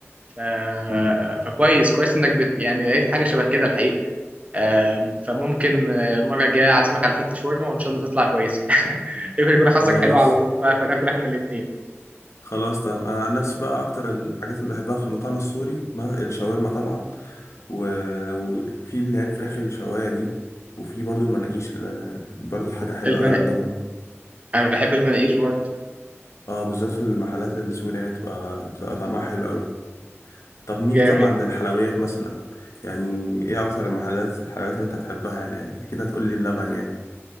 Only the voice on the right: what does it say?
ف...
فكويس كويس انك بت... يعني لقيت حاجة شبه كده الحقيقة آم، فممكن آه، المرة الجاية أعزمك على فتة شاورما وإن شاء الله تطلع كويسة <laughs> يمكن يكون حظك
حلو على طول بقى فناكل إحنا الاتنين
المناقيش
أنا بحب المناقيش برضه
جامد